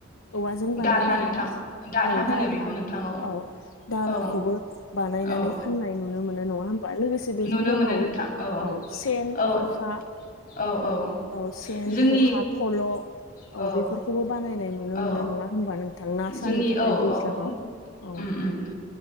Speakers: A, on the left; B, on the left.
A: औवाजों बानायनाय
B: दारहा नोंथां
A: औ
B: होनो
A: दारहा
B: बेखौ नोंथां
A: औ दारहाखौबो
B: औ
A: बानायनानै
B: औ
A: फाननाय नुनो मोनो नङा होमबा लोगोसे बेजों
B: नुनो
A: दंबावो
B: मोनो नोंथां
A: औ सेन
B: औ
A: खखा
B: औ
A: औ सेन
B: जोंनि
A: खखा फल' औ
B: औ
A: बेफोरखौबो बानायनाय नुनो
B: औ
A: मोनो नङा होमबा नों थां ना सानो
B: जोंनि
A: थाखाय
B: औ
A: दैज्लाङाव
B: औ
A: औ
B: उम उम